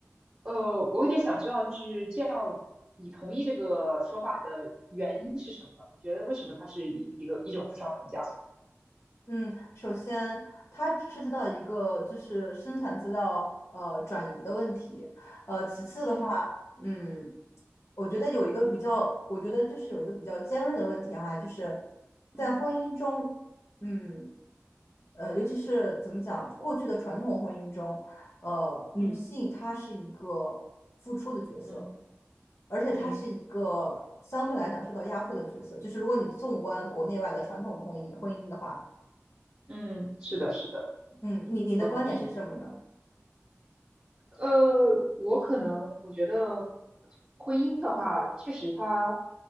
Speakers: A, on the right; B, on the left.
A: 呃，我有点想知道，就是这样，你同意这个说法的原因是什么呢你觉得为什么它是一一个一种双重加速？
B: 嗯，首先它涉及到一个就是生产资料呃转移的问题，呃，其次的话，
A: 嗯
B: 嗯，我觉得有一个比较，我觉得就是有一个比较尖锐的问题哈、就是
A: 嗯
B: 在婚姻中，嗯。呃，尤其是怎么讲，过去的传统婚姻中，呃，女性她是一个付出的角色，
A: 嗯嗯
B: 而且她是一个相对来讲受到压迫的角色。
A: 嗯
B: 就是如果你纵观国内外的传统的婚姻婚姻的话，
A: 嗯，是的，是的，
B: 嗯，你你的观点是什么呢？
A: 我同意。呃，我可能我觉得婚姻的话，确实它